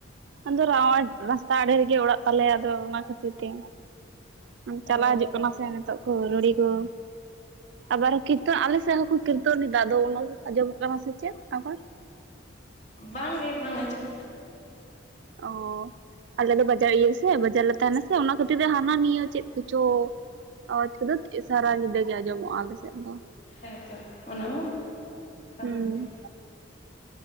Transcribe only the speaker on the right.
ᱟᱫᱚ ᱨᱟᱣᱟᱰ ᱨᱟᱥᱛᱟ ᱟᱲᱮ ᱨᱮᱜᱮ ᱚᱲᱟᱜ ᱛᱟᱞᱮᱭᱟ ᱟᱫᱚ ᱚᱱᱟ ᱠᱷᱟᱹᱛᱤᱨ ᱛᱮ ᱪᱟᱞᱟᱣ
ᱦᱤᱡᱩᱜ ᱠᱟᱱᱟ ᱥᱮ ᱱᱤᱛᱚᱜ ᱠᱚ ᱨᱩᱲᱤ ᱠᱚ ᱟᱵᱟᱨ ᱠᱤᱨᱛᱚᱱ ᱟᱞᱮᱥᱮᱫ ᱦᱚᱸᱠᱚ ᱠᱤᱨᱛᱚᱱᱮᱫᱟ ᱟᱫᱚ ᱚᱱᱟ ᱟᱸᱡᱚᱢᱚᱜ ᱠᱟᱱᱟ ᱥᱮ ᱪᱮᱫ ᱟᱵᱟᱨ
ᱚ ᱟᱞᱮ ᱫᱚ ᱵᱟᱡᱟᱨ ᱤᱭᱟᱹ ᱥᱮ ᱵᱟᱡᱟᱨ ᱞᱮ ᱛᱟᱦᱮᱱᱟ ᱥᱮ ᱚᱱᱟ ᱠᱷᱟᱹᱛᱤᱨ ᱛᱮ ᱦᱟᱱᱟ ᱱᱤᱭᱟᱹ ᱪᱮᱫ ᱠᱚᱪᱚ ᱟᱣᱟᱡᱽ ᱫᱚᱠᱚ ᱥᱟᱨᱟ ᱧᱤᱫᱟᱹ ᱜᱮ ᱟᱸᱡᱚᱢᱚᱜᱼᱟ ᱟᱞᱮ ᱥᱮᱫ ᱫᱚ
ᱦᱩᱸ